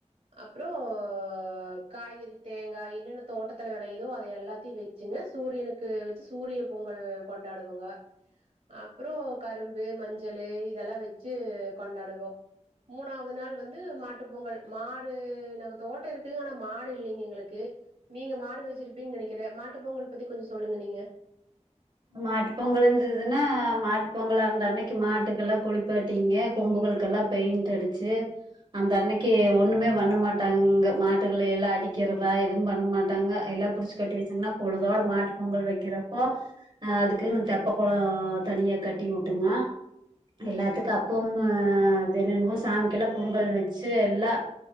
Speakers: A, on the right; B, on the right.
A: அப்றோ அ காய்கறி தேங்கா என்னென்ன தோட்டத்துல வெளையுதோ அத எல்லாத்தையு வெச்சுங்க சூரியனுக்கு வச்சு சூரிய பொங்கல் கொண்டாடுவங்க அப்றோ கரும்பு மஞ்சளு இதெல்லா வெச்சு கொண்டாடுவோ மூணாவ்து நாள் வந்து மாட்டு பொங்கல் மாடு நாங்க தோட்ட இருக்கு கு ஆனா மாடு இல்லீங்க எங்களுக்கு நீங்க மாடு வச்சிருப்பீங்கு நினைக்கிறே மாட்டு பொங்கல் பத்தி கொஞ்ச சொல்லுங்க நீங்க
B: மாட்டு பொங்கல்ருந்ததுன்னா மாட்டு பொங்கலாருந்தன்னைக்கு மாட்டுக்கெல்லா குளிப்பாட்டீங்க கொம்புகளு கல்ல பெயிண்டு அடிச்சு அந்த அன்னைக்கு ஒண்ணுமே பண்ணமாட்டாங்கங்க மாட்டுகளயெல்லா அடி க்கிறதா எது பண்ணமாட்டாங்க எல்லா புடிச்சு கட்டி வச்சாங்கன்னா பொழுதோட மாட்டு பொங்கல் வைக்கிறப்போ அ அதுக்குனு தெப்பகொளோ தனியா கட்டி விட்டுங்க எல்லாத்துக்கு அப்போமோ தெனனுமோ சாமிக்கெல்லா பொங்கல் வச்சு எல்லா